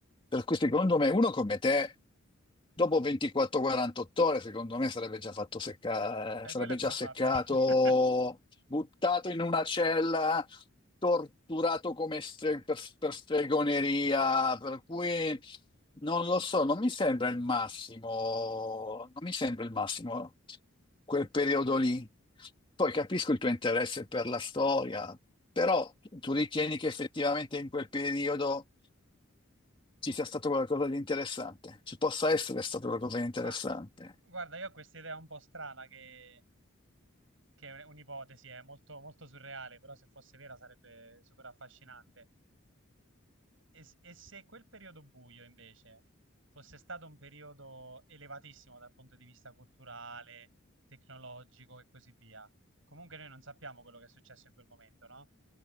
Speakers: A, on the left; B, on the right.
A: Per cui secondo me uno come te, dopo 24-48 ore, secondo me sarebbe già fatto seccare,
B: Eh,
A: sarebbe
B: quello è
A: già
B: probabile.
A: seccato,
B: <laughs>
A: buttato in una cella, torturato come stre- per, per stregoneria, per cui non lo so, non mi sembra il massimo, non mi sembra il massimo quel periodo lì. Poi capisco il tuo interesse per la storia, però tu ritieni che effettivamente in quel periodo ci sia stato qualcosa di interessante, ci possa essere stato qualcosa di interessante.
B: Ma guarda, io ho questa idea un po' strana che, che è un'ipotesi, è molto, molto surreale, però se fosse vera sarebbe super affascinante. E, s- e se quel periodo buio invece fosse stato un periodo elevatissimo dal punto di vista culturale, tecnologico e così via, comunque noi non sappiamo quello che è successo in quel momento, no?